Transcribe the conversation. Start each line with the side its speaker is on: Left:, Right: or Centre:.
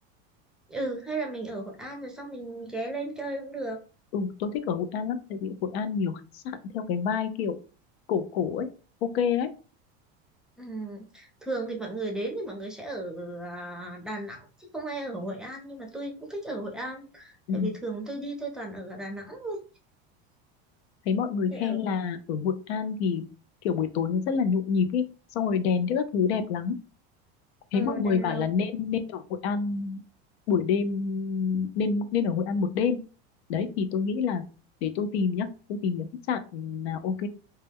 Centre: Ừ, hay là mình ở Hội An rồi xong mình ghé lên chơi cũng được.
Left: Ừ, tôi thích ở Hội An lắm tại vì Hội An nhiều khách sạn theo cái vibe kiểu cổ cổ ấy ok đấy
Centre: Ừ. Thường thì mọi người đến thì mọi người sẽ ở à, Đà Nẵng chứ không ai ở Hội An nhưng mà tôi cũng thích ở Hội An
Left: ừ.
Centre: tại vì thường tôi đi tôi toàn ở ở Đà Nẵng thôi
Left: thấy mọi người
Centre: thì
Left: khen
Centre: ở
Left: là ở Hội An thì kiểu buổi tối nó rất là nhộn nhịp ấy xong rồi đèn các thứ đẹp lắm thấy
Centre: ở
Left: mọi
Centre: Đèn
Left: người bảo
Centre: Lồng
Left: là nên nên ở Hội An buổi đêm nên nên ở Hội An một đêm đấy thì tôi nghĩ là để tôi tìm nhá tôi tìm những khách sạn nào ok